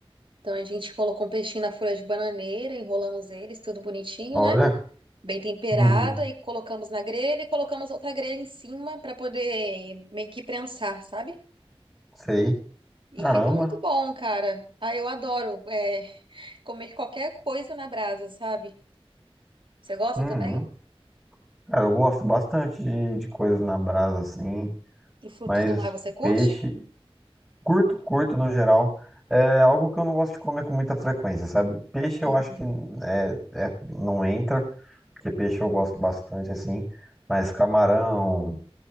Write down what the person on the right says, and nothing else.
Então a gente colocou um peixinho na folha de bananeira, enrolamos eles, tudo bonitinho,
né? Bem temperado,
aí colocamos na grelha e colocamos outra grelha em cima para poder meio que prensar, sabe?
E
fica muito bom, cara. Ah, eu adoro é, <laughs> comer qualquer coisa na brasa, sabe? Você gosta
também?
E frutos
do mar você curte?
Uhum.